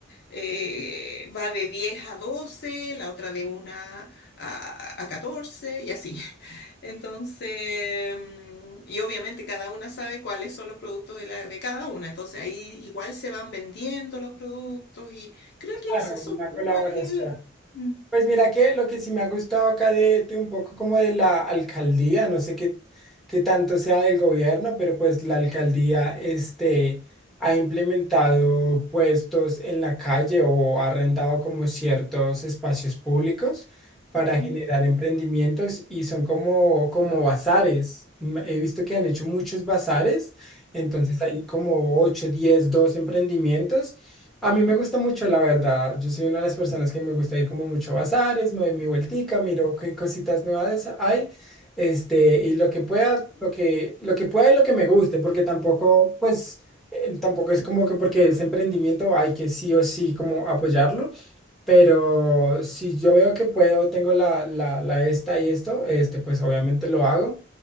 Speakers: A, on the left; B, in the centre.
A: eh, va de 10 a 12, la otra de 1 a, a 14 y así. <laughs> Entonces, mm, y obviamente cada una sabe cuáles son los productos de, la, de cada una, entonces ahí igual se van vendiendo los productos y creo
B: Claro,
A: que esas
B: una
A: son como
B: colaboración.
A: buenas ideas. Mm,
B: Pues mira que lo que sí me ha gustado acá de, de un poco como de la alcaldía, no sé qué, qué tanto sea del gobierno, pero pues la alcaldía este, ha implementado puestos en la calle o ha arrendado como ciertos espacios públicos para
A: ujú,
B: generar emprendimientos y son como, como bazares. Mm, He visto que han hecho muchos bazares, entonces
A: ya,
B: hay como ocho, diez, dos emprendimientos a mí me gusta mucho, la verdad. Yo soy una de las personas que me gusta ir como mucho a bazares, me doy mi vueltica, miro qué cositas nuevas hay, este, y lo que pueda, lo que, lo que pueda y lo que me guste, porque tampoco, pues, eh, tampoco es como que porque es emprendimiento hay que sí o sí como apoyarlo. Pero si yo veo que puedo, tengo la, la, la esta y esto, este, pues obviamente lo hago.